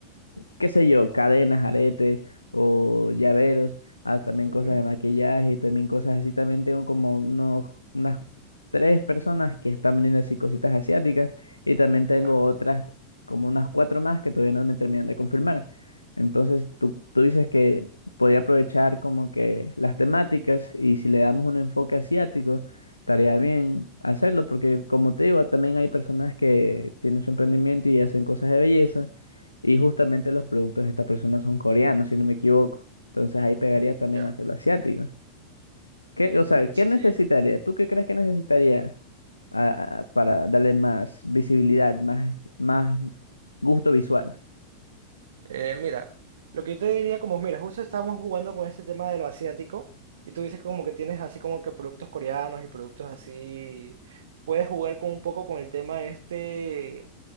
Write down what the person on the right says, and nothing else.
ujú,
ya,
ujú,
ya.
Mm,
Sí,
Eh, mira, lo que yo te diría como, mira, justo estamos jugando con este tema de lo asiático y tú dices como que tienes así como que productos coreanos y productos así, puedes jugar con un poco con el tema este